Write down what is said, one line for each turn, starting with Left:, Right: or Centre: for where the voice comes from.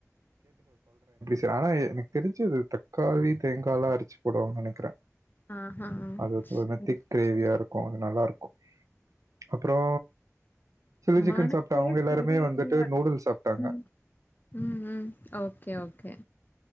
Right: இதுல ஆனா எனக்கு தெரிஞ்சி இதுக் தக்காளி தேங்கால்லா அரச்சி போடுவாங்கன்னு நெனைக்கிறே
Left: ஆஹா
Right: அது ஒருமா
Left: சரி
Right: திக் கிரேவியா
Left: சரி
Right: இருக்கு அது நல்லாருக்கு அப்றோ சில்லி சிக்கன்
Left: மனசே
Right: சாப்டே அவுங்க எல்லாருமே
Left: சரியில்ல
Right: வந்துட்டு நூடுல் சாப்டாங்க
Left: ம் ம் ம் ஓகே ஓகே